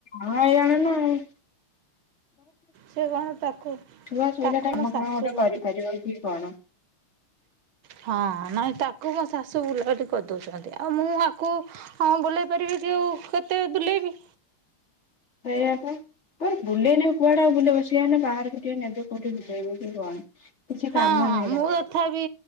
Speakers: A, on the left; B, on the right.
A: ହଇରାଣ ନା ଆଉ।
B: ସେ କଣ ତାକୁ।
A: ଛୁଆ ଶୋଇଲା
B: ତାକୁ
A: ତମେ
B: ମୋ ଶାଶୁ
A: କାମ ଗୋଟେ କରିପାରିବ କି କଣ?
B: ହଁ ନାଇଁ ତାକୁ ମୋ ଶାଶୁ ବୁଲାବୁଲି କରିଦଉଛନ୍ତି ଆଉ ମୁଁ ଆକୁ ହଁ ବୁଲେଇ ପାରିବି କି ଆଉ କେତେ ବୁଲେଇବି?
A: ସେଇଆ ପା ବୁଲେଇ ନେଉ କୁଆଡେ ଆଉ ବୁଲେଇ ବସିବା ନା ବାହାରକୁ ଟିକେ ନେବେ। ଏଇଟା ଧୋଇବେକି କଣ? କିଛି
B: ହଁ
A: କାମ ନାହିଁ
B: ମୁଁ
A: ତାଙ୍କର
B: ତଥାପି